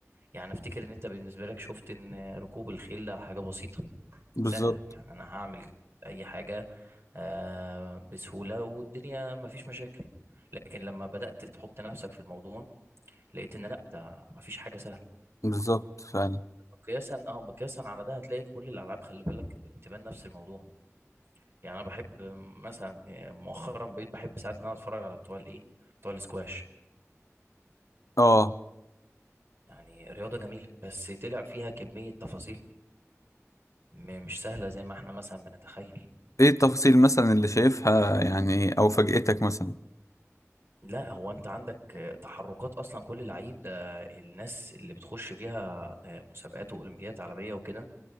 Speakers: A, on the right; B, on the left.
A: يعني افتكر ان انت بالنسبه لك شفت ان ركوب الخيل ده حاجه بسيطه
B: بالظبط
A: سهله يعني انا هعمل اي حاجه آه، بسهوله والدنيا مفيش مشاكل لكن لما بدات تحط نفسك في الموضوع لقيت ان لا ده مفيش حاجه سهله
B: بالظبط فعلا
A: مقياسا اه مقياسا على ده هتلاقي كل الالعاب خلي بالك بتبان نفس الموضوع يعني انا بحب مثلا يعني مؤخرا بقيت بحب ساعات ان انا اتفرج على بتوع الايه بتوع الاسكواش
B: اه
A: يعني رياضه جميله بس طلع فيها كميه تفاصيل م- مش سهله زي ما احنا مثلا بنتخيل
B: ايه التفاصيل مثلا اللي شايفها يعني او فاجأتك مثلا
A: لا هو انت عندك تحركات اصلا كل لعيب ده الناس اللي بتخش فيها آه، مسابقات واولمبيات عالميه وكده